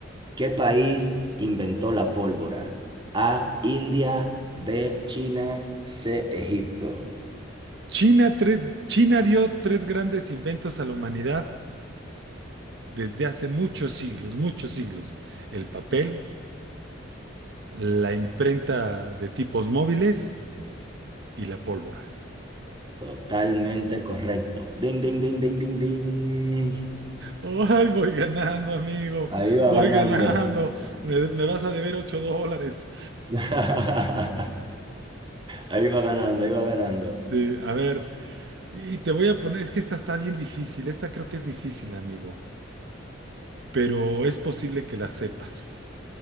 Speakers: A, on the right; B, on the right.
A: ¿Qué país inventó la pólvora? A, India, B, China, C, Egipto.
B: China, tre- China dio tres grandes inventos a la humanidad desde hace muchos siglos, muchos siglos. El papel, la imprenta de tipos móviles y la pólvora.
A: Totalmente correcto. Ding, ding, ding, ding, ding, ding.
B: Ay, voy ganando, amigo.
A: Ahí va
B: Voy
A: ganando.
B: ganando. Me, me vas a deber ocho dólares.
A: <laughs> Ahí va ganando, ahí va ganando.
B: Sí, a ver, y te voy a poner, es que esta está bien difícil. Esta creo que es difícil, amigo, pero es posible que la sepas.